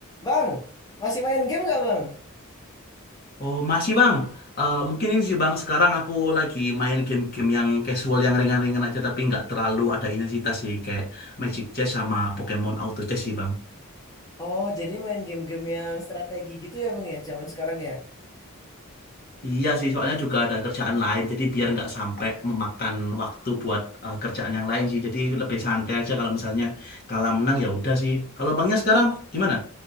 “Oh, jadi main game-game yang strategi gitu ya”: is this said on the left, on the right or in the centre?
Left